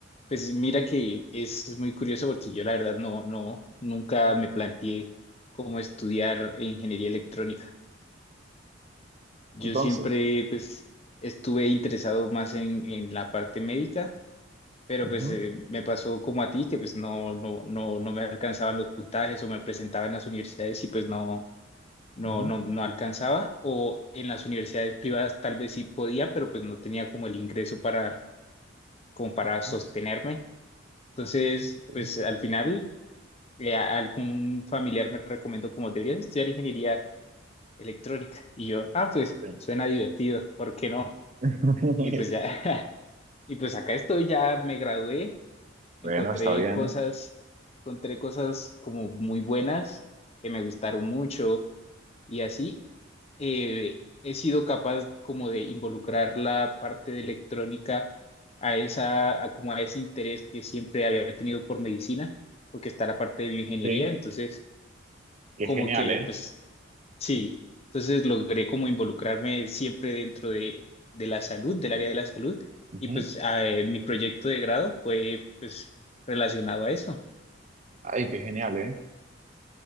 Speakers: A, on the left; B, on the right.
A: Pues mira que es, es muy curioso porque yo la verdad no, no, nunca me planteé cómo estudiar ingeniería electrónica. Yo
B: Entonces,
A: siempre pues estuve interesado más en, en la parte médica, pero
B: ujú,
A: pues eh, me pasó como a ti que pues no, no, no, no me alcanzaban los puntajes o me presentaba en las universidades y pues no, no,
B: ujú,
A: no, no alcanzaba o en las universidades privadas tal vez sí podía, pero pues no tenía como el ingreso para, como para
B: ujú,
A: sostenerme. Entonces,
B: sí,
A: pues al final, eh, a- algún familiar me recomendó como deberías estudiar ingeniería electrónica. Y yo, ah, pues
B: sí.
A: suena divertido, ¿por qué no?
B: <laughs>
A: Y pues ya, <laughs> y pues acá estoy, ya me gradué, encontré
B: Bueno, está bien.
A: cosas, encontré cosas como muy buenas que me gustaron mucho y así eh, he sido capaz como de involucrar la parte de electrónica a esa, a como a ese interés que siempre había tenido por medicina, porque está la parte de bioingeniería,
B: Sí,
A: entonces
B: qué
A: como
B: genial,
A: que
B: ¿eh?
A: pues sí, entonces logré como involucrarme siempre dentro de, de la salud, del área de la salud,
B: Ujú.
A: y pues ah, eh, mi proyecto de grado fue pues relacionado a eso.
B: Ay, qué genial, ¿eh?